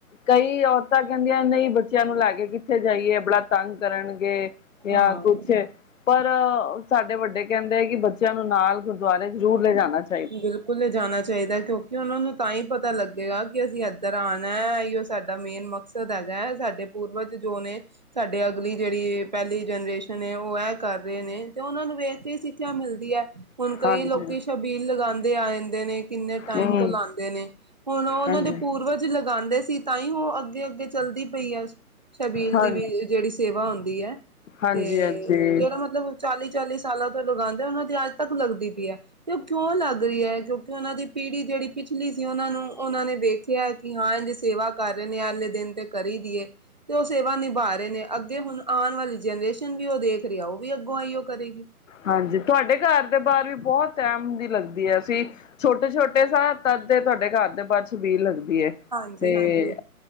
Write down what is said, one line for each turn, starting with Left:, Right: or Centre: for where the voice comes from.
Left: ਕਈ ਔਰਤਾਂ ਕਹਿੰਦੀਆਂ ਨਹੀਂ ਬੱਚਿਆਂ ਨੂੰ ਕੇ ਕਿੱਥੇ ਜਾਈਏ? ਬੜਾ ਤੰਗ ਕਰਨਗੇ ਜਾਂ
Right: ਹਾਂ
Left: ਕੁਛ ਪਰ ਸਾਡੇ ਵੱਡੇ ਕਹਿੰਦੇ ਐ, ਕਿ ਬੱਚਿਆਂ ਨੂੰ ਨਾਲ ਗੁਰਦੁਆਰੇ ਜ਼ਰੂਰ ਲੈਜਾਣਾ ਚਾਹੀਦਾ।
Right: <unintelligible> ਕੋਲੇ ਜਾਣਾ ਚਾਹੀਦਾ, ਕਿਉਂਕਿ ਉਹਨਾਂ ਨੂੰ ਤਾਂ ਹੀ ਪਤਾ ਲੱਗੇਗਾ, ਕਿ ਅਸੀਂ ਇੱਧਰ ਆਣਾ ਐ, ਐਈਓ ਸਾਡਾ ਮੇਨ ਮਕ ਮਕ਼ਸਦ ਐਗਾ, ਸਾਡੇ ਪੂਰਵਜ ਜੋ ਨੇ ਸਾਡੇ ਅਗਲੀ ਜਿਹੜੀ ਪਹਿਲੀ ਜਨਰੇਸ਼ਨ ਏ। ਉਹ ਐ ਕਰ ਰਹੇ ਨੇ ਤੇ ਉਹਨਾਂ ਨੂੰ ਵੇਖ ਕੇ ਅਸੀ ਸਿੱਖਿਆ ਮਿਲਦੀ ਐ। ਹੁਣ ਕਈ
Left: ਹਾਂਜੀ
Right: ਲੋਕੀ ਸ਼ਬ ਸ਼ਬੀਲ ਲਗਾਂਦੇ ਆ ਜਾਂਦੇ ਨੇ, ਕਿੰਨੇ ਟਾਈਮ
Left: ਹਮ
Right: ਤੋਂ ਲਾਉਂਦੇ ਨੇ। ਹੁਣ ਉਹਨਾਂ
Left: ਹਾਂਜੀ
Right: ਦੇ ਪੂਰਵਜ ਲਗਾਂਦੇ ਸੀ, ਤਾਂ ਹੀ ਉਹ ਅੱਗੇ-ਅੱਗੇ ਚੱਲਦੀ ਪਈ ਆ‌। ਸ਼ਬੀਲ
Left: ਹਾਂ
Right: ਦੀ ਵੀ ਜਿਹੜੀ ਸੇਵਾ ਹੁੰਦੀ ਐ।
Left: ਹਾਂਜੀ
Right: ਤੇ
Left: ਹਾਂਜੀ
Right: ਜਿਹੜਾ ਮਤਲਬ ਚਾਲੀ-ਚਾਲੀ ਸਾਲਾਂ ਤੋਂ ਲਗਾਂਦੇ ਉਹਨਾਂ ਦੀ ਅੱਜ ਤੱਕ ਲੱਗਦੀ ਪਈ ਤੇ ਉਹ ਕਿਉਂ ਲੱਗ ਰਹੀ ਐ‌। ਕਿਉਂਕਿ ਉਹਨਾਂ ਦੀ ਪੀੜੀ ਜਿਹੜੀ ਪਿਛਲੀ ਸੀ। ਉਹਨਾਂ ਨੂੰ ਉਹਨਾਂ ਨੇ ਵੇਖਿਆ, ਕਿ ਹਾਂ ਇਦੀ ਸੇਵਾ ਕਰ ਰਹੇ ਨੇ, ਅਗਲੇ ਦਿਨ ਤੇ ਕਰੀ ਦੀਏ। ਤੇ ਉਹ ਸੇਵਾ ਨਿਭਾ ਰਹੇ ਨੇ। ਅੱਗੇ ਹੁਣ ਆਣ ਵਾਲੀ ਜਨਰੇਸ਼ਨ ਵੀ ਉਹ ਦੇਖ ਰਿਹਾ। ਉਹ ਵੀ ਅੱਗੋਂ ਆਈਓ ਕਰੇਗੀ।
Left: ਹਾਂਜੀ, ਤੁਹਾਡੇ ਘਰ ਦੇ ਬਾਹਰ ਵੀ ਬਹੁਤ ਟਾਈਮ ਲੱਗਦੀ ਐ। ਅਸੀਂ ਛੋਟੇ-ਛੋਟੇ ਸੈਅ, ਤਦ ਦੇ ਤੁਹਾਡੇ ਘਰ ਦੇ ਬਾਹਰ ਸਬੀਲ ਲੱਗਦੀ ਐ।
Right: ਹਾਂਜੀ
Left: ਤੇ,
Right: ਹਾਂਜੀ